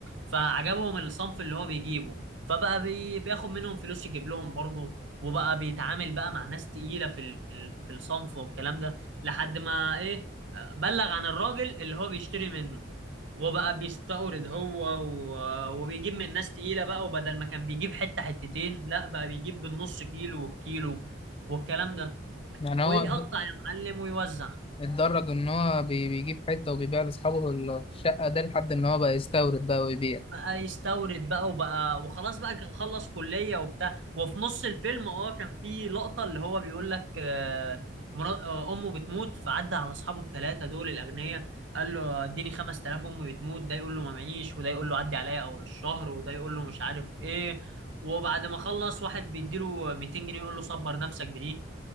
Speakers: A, on the right; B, on the left.
A: فعجبهم الصنف اللي هو بيجيبه فبقى بي... بياخد منهم فلوس يجيب لهم برضه وبقى بيتعامل بقى مع ناس تقيلة في ال- في الصنف والكلام ده لحد ما ايه آه، بلغ عن الراجل اللي هو بيشتري منه وبقى بيستورد هو و- وبيجيب من ناس تقيلة بقى وبدل ما كان بيجيب حتة حتتين لا بقى بيجيب بالنص كيلو والكيلو والكلام ده
B: يعني
A: ويقطع
B: هو ات-
A: يا معلم ويوزع
B: اتدرج ان هو بي- بيجيب حته وبيبيع لاصحابه الشقه ده لحد ان هو بقى يستورد بقى ويبيع
A: بقى يستورد بقى وبقى وخلاص بقى خلص كلية وبتاع وفي نص الفيلم اه كان في لقطة اللي هو بيقول لك آه، مرا- آه، امه بتموت فعدى على اصحابه الثلاثة دول الاغنياء قال له اديني 5000 امي بتموت ده يقول له ما معيش وده يقول له عدي عليا اول الشهر وده يقول له مش عارف ايه وبعد ما خلص واحد بيديله 200 جنيه يقول له صبر نفسك بدي